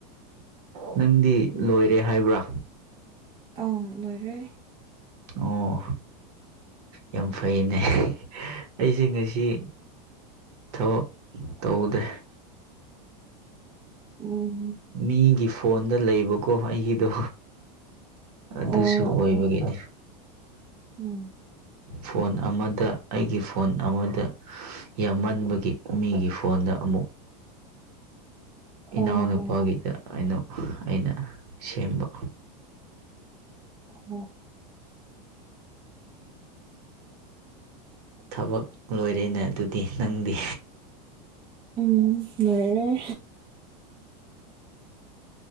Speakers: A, on the right; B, on the right.
A: ꯅꯪꯗꯤ ꯂꯣꯏꯔꯦ ꯍꯥꯏꯕ꯭ꯔꯥ
B: ꯑꯥꯎ ꯂꯣꯏꯔꯦ
A: ꯑꯣ ꯌꯥꯝ ꯐꯩꯅꯦ ꯑꯩꯗꯤ ꯉ ꯁꯤ ꯊꯕꯛ ꯇꯧꯗꯦ
B: ꯎꯝ
A: ꯃꯤꯒꯤ ꯐꯣꯟꯗ ꯂꯩꯕꯀꯣ ꯑꯩꯒꯤꯗꯣ ꯑꯗꯨꯁꯨ
B: ꯑꯣ
A: ꯑꯣꯏꯕꯒꯤꯅꯤ
B: ꯑꯣ ꯎꯝ
A: ꯐꯣꯟ ꯑꯃꯗ ꯑꯩꯒꯤ ꯐꯣꯟ ꯑꯃꯗ ꯌꯥꯝꯃꯟꯕꯒꯤ ꯃꯤꯒꯤ ꯐꯣꯟꯗ ꯑꯃꯨꯛ
B: ꯑꯣ
A: ꯏꯅꯥꯎꯅꯨꯄꯥꯒꯤꯗ
B: ꯑꯣ
A: ꯑꯩꯅ ꯑꯩꯅ ꯁꯦꯝꯕ
B: ꯑꯣ
A: ꯊꯕꯛ ꯂꯣꯏꯔꯦꯅ ꯑꯗꯨꯗꯤ ꯅꯪꯗꯤ
B: ꯎꯝ ꯂ‌ꯣꯏꯔ‌ꯦ